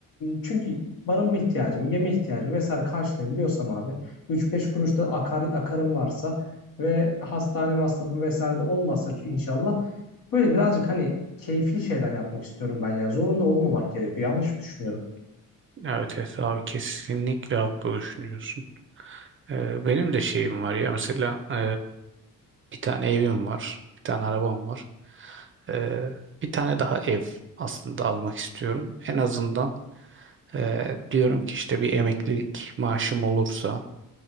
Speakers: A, on the left (about 75°); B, on the right (about 35°).
A: çünkü barınma ihtiyacımı, yeme ihtiyacımı vesaire karşılayabiliyorsam abi üç beş kuruş da akar, akarım varsa ve hastane masrafım vesaire de olmazsa inşallah böyle birazcık hani keyfi şeyler yapmak istiyorum ben ya. Zorunda olmamak gerekiyor. Yanlış mı düşünüyorum?
B: Evet Efe abi kesinlikle haklı düşünüyorsun. Ee, benim de şeyim var ya mesela e, bir tane evim var, bir tane arabam var. Ee, bir tane daha ev aslında almak istiyorum. En azından e, diyorum ki işte bir emeklilik maaşım olursa,